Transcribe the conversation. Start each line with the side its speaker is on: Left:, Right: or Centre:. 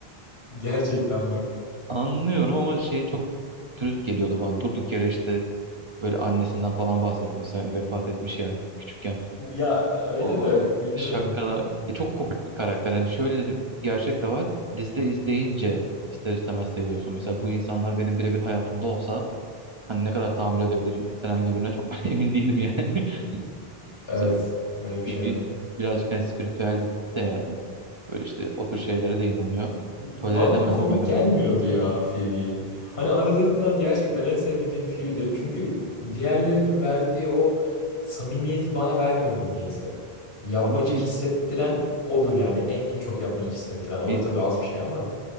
Left: Gerçekten bak.
Right: Anlıyorum ama şey çok dürüst geliyordu bana. Durduk yere işte böyle annesinden falan bahsetmesi hani vefat etmiş ya küçükken.
Left: Ya öyle
Right: O
Left: de bilmiyorum.
Right: şakalar. E, çok kopuk bir karakter. Hani şöyle de bir gerçek de var. Dizide izleyince ister istemez seviyorsun. Mesela bu insanlar benim birebir hayatımda olsa hani ne kadar tahammül edebilirim herhangi birine çok <laughs> emin değilim yani. <laughs>
Left: Evet.
Right: Mesela
Left: Öyle bir
Right: bir,
Left: şey
Right: bir-
Left: var.
Right: birazcık hani spiritüel bir tip de yani. Böyle işte o tür şeylere de inanıyor.
Left: Bana
Right: Tolere edemezdim
Left: komik
Right: herhalde.
Left: gelmiyordu ya Phoebe. Hani aralarından gerçekten en sevmediğim Phoebe'dir. Çünkü diğerlerinin verdiği o samimiyeti bana vermiyordu niyeyse. Yapmacık
Right: Valla bir,
Left: hissettiren odur yani. En çok yapmacık hissettiren.
Right: bir,
Left: O da tabii az bir şey ama